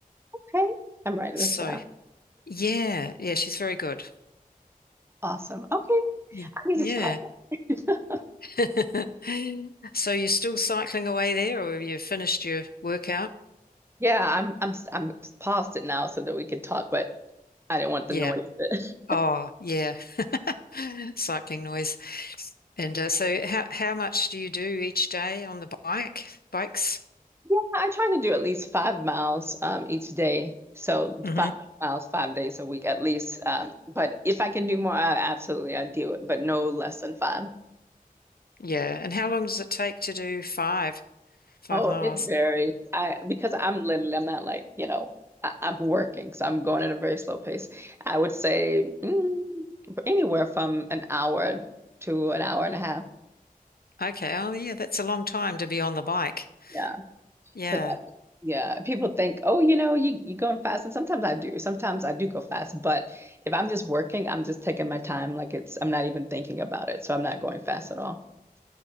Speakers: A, on the right; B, on the left.
A: Okay. I'm writing
B: So,
A: this down.
B: yeah, yeah, she's very good.
A: Awesome. Okay.
B: Yeah.
A: I need
B: Yeah.
A: to try. <laughs>
B: <laughs> So you're still cycling away there, or have you finished your workout?
A: Yeah, I'm I'm I'm paused it now so that we could talk, but I didn't want the
B: Yeah.
A: noise.
B: Oh, yeah. <laughs> Cycling noise. And uh, so how how much do you do each day on the bike? Bikes?
A: Yeah, I try to do at least five miles um, each day. So
B: hmm
A: five miles, five days a week at least. Um, but if I can do more, I absolutely I do it, but no less than five.
B: Yeah. And how long does it take to do five, five
A: Oh,
B: miles?
A: it varies. I because I'm literally I'm not like, you know, I, I'm working, so I'm going at a very slow pace. I would say mm, anywhere from an hour to an hour and a half.
B: Okay. Oh, yeah, that's a long time to be on the bike.
A: Yeah.
B: Yeah.
A: Because yeah, people think, oh, you know, you you going fast, and sometimes I do. Sometimes I do go fast, but if I'm just working, I'm just taking my time. Like it's, I'm not even thinking about it, so I'm not going fast at all. <laughs>